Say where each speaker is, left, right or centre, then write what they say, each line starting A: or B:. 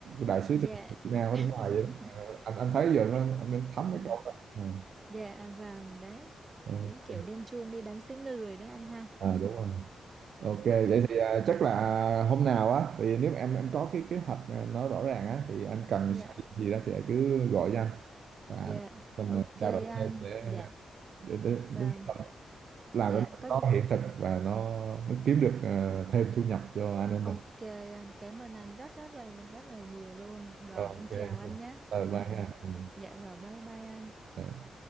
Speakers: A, on the right; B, on the right.
A: đại sứ thương
B: dạ,
A: hiệu Việt Nam
B: <laughs>
A: ở nước ngoài vậy đó. Ờ, anh anh thấy giờ nó anh anh thấm
B: ừ,
A: cái câu đó à,
B: dạ, vâng, đấy,
A: ok
B: giống kiểu đem chuông đi đánh xứ người đấy anh ha.
A: à,
B: Ừ,
A: đúng rồi ok vậy
B: ừ,
A: thì à, chắc là hôm nào á thì nếu em em có cái kế hoạch à, nó rõ ràng á thì em cần
B: dạ,
A: xây dựng gì đó thì cứ gọi cho anh và
B: dạ,
A: mình
B: ok
A: à, trao đổi
B: anh,
A: thêm để
B: dạ,
A: để để,
B: vâng.
A: để làm
B: Dạ
A: cái
B: có gì
A: đó nó hiện thực và nó, nó kiếm được ờ, thêm thu nhập cho anh em
B: Ok
A: mình
B: anh cảm ơn anh rất rất là rất là nhiều luôn Rồi
A: Ờ, ok
B: em chào anh nhé
A: bye
B: Vâng
A: bye ha ừ.
B: Dạ rồi bye bye anh
A: Bye.